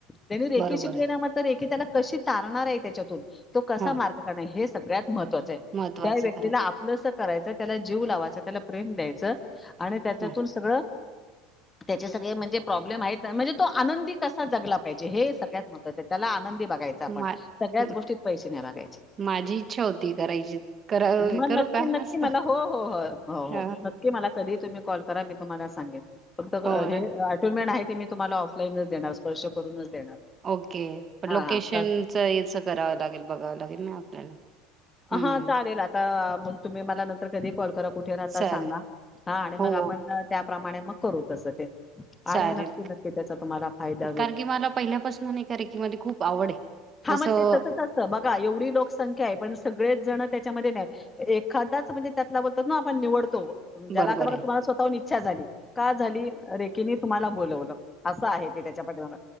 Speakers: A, on the left; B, on the right.
A: त्यांनी रेकी
B: बरोबर
A: शिकली
B: आहे
A: ना मग तर रेकी त्याला कशी तारणार आहे त्याच्यातून तो कसा
B: हा
A: मार्ग काढणार हेच सगळ्यात महत्वाचं आहे.
B: महत्वाचं
A: त्या व्यक्तीला
B: आहे खरंच
A: आपलंस करायच त्याला जीव लावायच, त्याला प्रेम द्यायचं आणि त्याच्यातून
B: हं.
A: सगळं
B: <inaudible>
A: त्याचे सगळे म्हणजे प्रॉब्लेम आहेत. ना म्हणजे तो आनंदी कसा जगला पाहिजे हे सगळ्यात महत्त्वाचं आहे त्याला आनंदी बघ याचं आपण
B: मा
A: सगळ्याच
B: हं,
A: गोष्टीत पैसे नाय मागायचे
B: माझी इच्छा होती करायची करा
A: मग
B: करू
A: नक्की
B: का
A: नक्की
B: मस्त
A: मला हो, हो, हो, हो
B: अ,
A: नक्की मला कधी तुम्ही कॉल करा मी तुम्हाला सांगेन फक्त
B: हो
A: हे
B: ना
A: ऑटोमॅन आहेत. ते मी तुम्हांला ऑफलाईनच देणार स्पर्श करूनच देणार
B: ओके पण
A: हा
B: लोकेशनच
A: हा का-
B: याचं करावं लागेल बघावं लागेल ना आपल्याला हं.
A: हा चालेल आता मग तुम्ही मला नंतर कधी कॉल करा कुठे राहता
B: चालेल
A: सांगा हा आणि
B: हो
A: मग आपण त्याप्रमाणे मग करू तस ते
B: चालेल
A: आणि नक्की नक्की त्याचा तुम्हांला फायदा होईल.
B: कारण की मला पहिल्यापासून एका रेकीमध्ये खूप आवड आहे
A: हा
B: असं
A: मग ते तसच असतं बघा एवढी लोकसंख्या आहे पण सगळेच जण त्याच्यामध्ये नाहीत म्हणजे एखादाचं म्हणजे त्यातला बोलतात ना आपण निवड तो ज्याला
B: बरोबर
A: आता बघा
B: आहे
A: तुम्हाला स्वतःहून इच्छा झाली का झाली रेकी नी तुम्हाला बोलवलं अस आहे. ते त्याच्या पाठीमागं